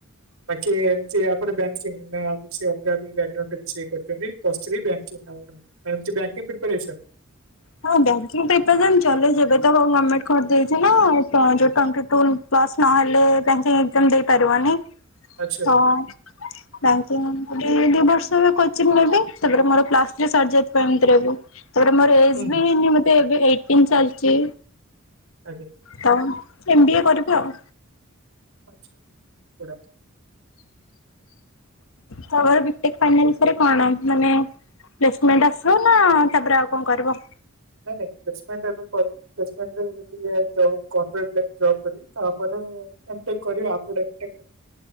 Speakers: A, on the right; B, on the left.
A: ବାକି ଏମତିଆ ଆପଣ ବ୍ୟାଙ୍କିଙ୍ଗ ନା ଆଉ କିଛି ଅଲଗା <unintelligible> କିଛି କରୁଛନ୍ତି? ପ୍ଲସ ଥ୍ରୀ ବ୍ୟାଙ୍କି ଆଉ ବ୍ୟାଙ୍କିଂ ପ୍ରିପରେସନ୍?
B: ହଁ ବ୍ୟାଙ୍କିଙ୍ଗ ପ୍ରିପରେସନ୍ ଚଲଉଛି ଏବେ <unintelligible> ପ୍ଲସ୍ ନହେଲେ ବ୍ୟାଙ୍କିଙ୍ଗ ଏକଜାମ ଦେଇପାରିବନି
A: ଆଚ୍ଛା ଆଚ୍ଛା।
B: ତ
A: <inaudible>
B: ବ୍ୟାଙ୍କିଙ୍ଗ ଦି ବର୍ଷ ଏବେ କୋଚିଂ ନେବା ତାପରେ ମୋର ପ୍ଲସ୍ ଥ୍ରି ସରିଯାଇଥିବ ଏମିତିରେ ବି। ତାପରେ ମୋର ଏଜ୍
A: ହୁଁ ହୁଁ
B: ବି ହେଇନି ମତେ ଏବେ ଏଇଟିନ୍ ଚାଲିଚି।
A: ଆଜ୍ଞା।
B: ତ ଏମ ବି ଏ କରିବି ଆଉ।
A: <unintelligible>
B: ତାପରେ ବିଟେକ୍ ଫାଇନାଲ୍ ବିଷୟରେ କଣ ମାନେ ପ୍ଲେସମେଣ୍ଟ ଆସିବ ନା ତାପରେ ଆଉ କଣ କରିବ?
A: ନାଇଁ ନାଇଁ ପ୍ଲେସମେଣ୍ଟ ଏବେ କରିନି ପ୍ଲେସମେଣ୍ତ ରେ ଯେଦି ଇଏ ଜବ୍ ଗମେଣ୍ତେ ଲାଇନ ଜବ୍ କରିବି। ତାପରେ ଏମ୍ ଟିକ୍ କରିବା <unintelligible>